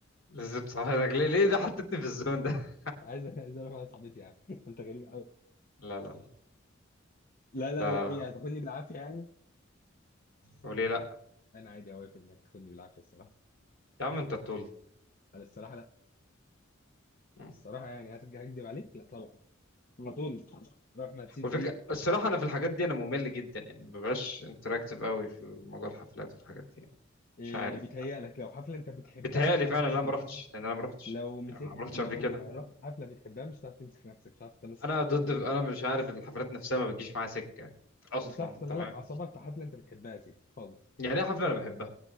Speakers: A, on the left; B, on the left.
A: لازم صاحبتك ليه ليه ده حطيتني في الزون ده <laughs>
B: عايز عايز اروح قعده صاحبتي يا عم <laughs> انت غريب قوي
A: لا لا لا
B: لا لا
A: لا
B: لا
A: لا
B: ايه
A: لا.
B: هتاخدني بالعافيه يعني
A: وليه لا
B: انا عادي اوافق انك تاخدني بالعافيه الصراحه
A: يا عم انت طول
B: انا الصراحه لا
A: مم.
B: الصراحه يعني هترجع اكدب عليك لا طبعا على طول روح ما تسيب
A: والفكرة
B: بيه
A: الصراحة أنا في الحاجات دي أنا ممل جدا يعني مبقاش انتراكتيف قوي في موضوع الحفلات والحاجات دي يعني.
B: إيه
A: مش عارف
B: بيتهيألك لو حفله انت بتحبها
A: بتهيألي
B: مش هتعرف
A: فعلا
B: تمسك
A: لا ما
B: نفسك
A: رحتش لان انا ما رحتش
B: لو مسكت
A: يعني ما رحتش
B: لو
A: قبل كده
B: رحت حفله بتحبها مش هتعرف تمسك نفسك مش هتعرف تمسك
A: انا ضد
B: تتملك
A: انا مش عارف الحفلات نفسها ما بتجيش معايا سكه اصلا
B: مش هتعرف
A: انت
B: تتملك
A: فاهم
B: اعصابك في حفله انت بتحبها يا سيدي خالص
A: يعني ايه حفله انا بحبها